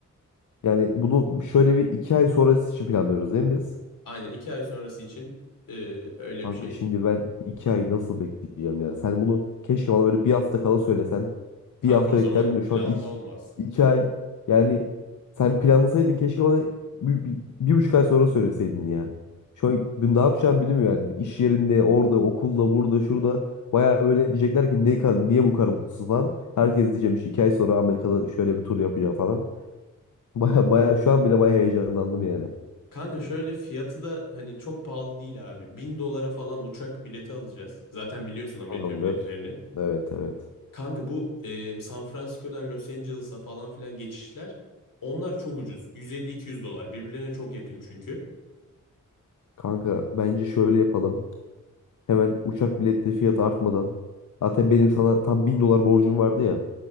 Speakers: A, on the left; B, on the left.
A: yani bunu şöyle bir iki ay sonrası için planlıyoruz değil mi biz?
B: aynen iki ay sonrası için eee, öyle
A: Kanka
B: bir şey.
A: şimdi ben iki ay nasıl bekleyeceğim ya? Sen bunu keşke bana böyle bir hafta kala söylesen.
B: Kanka
A: Bir hafta
B: o zaman
A: beklerdim de şu
B: planlı
A: an iki,
B: olmaz.
A: iki ay yani sen planlasaydın keşke bana bir, bir, bir buçuk ay sonra söyleseydin ya. Şu an ben ne yapacağım bilmiyorum yani. İş yerinde, orada, okulda, burada, şurada. Baya böyle diyecekler ki ne kadar, niye bu kadar mutsuz falan. Herkes diyeceğim işte iki ay sonra Amerika'da şöyle bir tur yapacağım falan. <laughs> Baya baya şu an bile baya heyecanlandım yani.
B: Kanka şöyle fiyatı da hani çok pahalı değil abi. bin dolara falan uçak bileti alacağız. Zaten biliyorsun Amerika
A: Tamamdır.
B: biletlerini.
A: Evet evet.
B: Kanka bu e, San Francisco'dan Los Angeles'a falan filan geçişler onlar çok ucuz. 150-200 dolar. Birbirlerine çok yakın çünkü.
A: Kanka bence şöyle yapalım. Hemen uçak biletleri fiyatı artmadan. Zaten benim sana tam 1000 dolar borcum vardı ya.